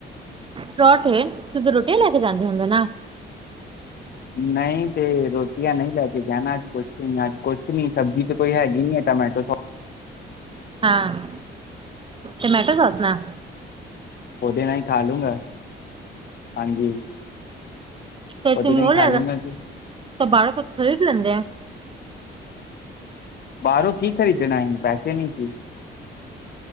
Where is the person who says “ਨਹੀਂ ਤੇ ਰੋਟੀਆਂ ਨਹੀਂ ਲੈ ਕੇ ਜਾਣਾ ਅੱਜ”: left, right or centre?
Left